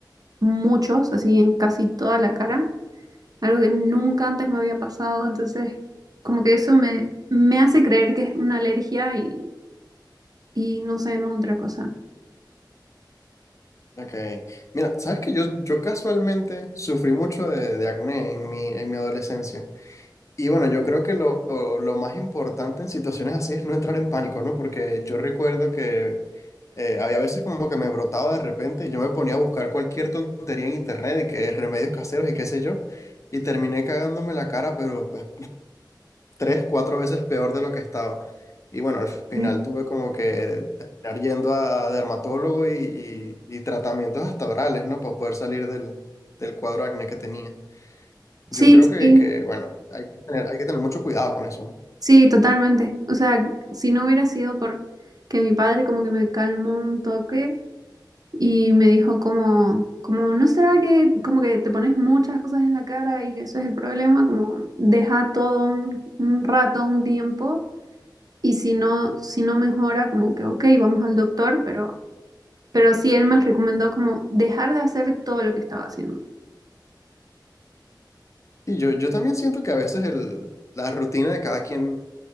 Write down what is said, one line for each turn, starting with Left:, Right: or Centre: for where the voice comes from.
Right: muchos, así en casi toda la cara, algo que nunca antes me había pasado, entonces como que eso me, me hace creer que es una alergia y, y no sé, no otra cosa.
Left: Ok. Mira, sabes que yo, yo casualmente sufrí mucho de, de acné en mi, en mi adolescencia. Y bueno, yo creo que lo, lo más importante en situaciones así es no entrar en pánico, ¿no? Porque yo recuerdo que eh, había veces como que me brotaba de repente y yo me ponía a buscar cualquier tontería en internet y que remedios caseros y qué sé yo. Y terminé cagándome la cara, pero pues, tres, cuatro veces peor de lo que estaba. Y bueno, al final
Right: Sí,
Left: tuve como que terminar yendo a dermatólogo y, y- y tratamientos hasta orales, ¿no? Para poder salir del, del cuadro de acné que tenía. Yo
Right: sí,
Left: creo que,
Right: sí.
Left: que, bueno, hay que tener, hay que tener mucho cuidado con eso, ¿no?
Right: Sí, totalmente. O sea, si no hubiera sido por que mi padre como que me calmó un toque y me dijo como, como, ¿no será que como que te pones muchas cosas en la cara y que eso es el problema? Como deja todo un, un rato, un tiempo y si no, si no mejora, como que, ok, vamos al doctor, pero, pero sí él me recomendó como dejar de hacer todo lo que estaba haciendo.
Left: Y yo, yo también siento que a veces el, la rutina de cada quien,